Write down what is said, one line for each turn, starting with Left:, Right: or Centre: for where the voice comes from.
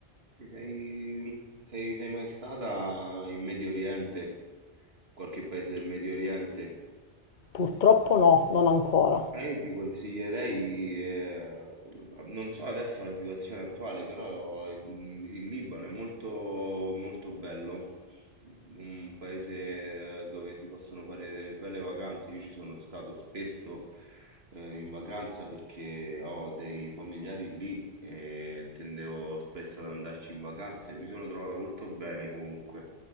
Right: sei- sei- sei mai stata in Medio Oriente? Qualche paese del Medio Oriente?
Left: Purtroppo no, non ancora.
Right: Ma io ti consiglierei, eh, non so adesso la situazione attuale, però il, il Libano è molto, molto bello, un paese eh, dove si possono fare delle belle vacanze. Io ci sono stato spesso eh, in vacanza perché ho dei familiari lì e tendevo spesso ad andarci in vacanza e mi sono trovato molto bene comunque.